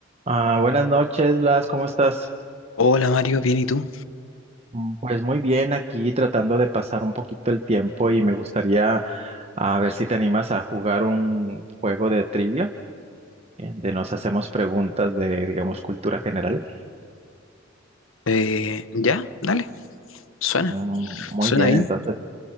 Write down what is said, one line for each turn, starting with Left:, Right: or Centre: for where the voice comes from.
Right: Ah, buenas noches, Blas, ¿cómo estás?
Left: Hola Mario, bien y tú?
Right: Mm, Pues muy bien, aquí tratando de pasar un poquito el tiempo y me gustaría a ver si te animas a jugar un juego de trivia, eh, de nos hacemos preguntas de, digamos, cultura general.
Left: Eh, ya, dale, suena,
Right: Mm, Muy
Left: suena
Right: bien,
Left: bien.
Right: entonces,